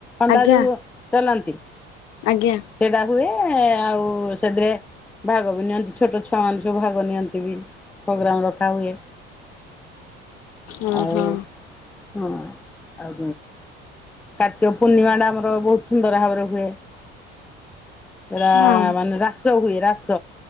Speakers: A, in the centre; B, on the left.
A: ଅନ୍ଦା
B: ଆଜ୍ଞା
A: ଯୋଉ। ଚାଲନ୍ତି।
B: ଆଜ୍ଞା
A: ସେଟା ହୁଏ। ଆଉ ସେଥିରେ ଭାଗ ବି ନିଅନ୍ତି। ଛୋଟ ଛୁଆମାନେ ସବୁ ଭାଗ ନିଅନ୍ତି ବି ପ୍ରୋଗ୍ରାମ ରଖା ହୁଏ।
B: ଓ
A: ଆଉ
B: ହୋ।
A: ହଁ ଆଉ କାର୍ତ୍ତିକ ପୂର୍ଣ୍ଣିମା ଟା ଆମର ବହୁତ ସୁନ୍ଦର ଭାବରେ ହୁଏ। ଏରା
B: ହଁ ହଁ।
A: ମାନେ ରା ହୁଏ ରାସ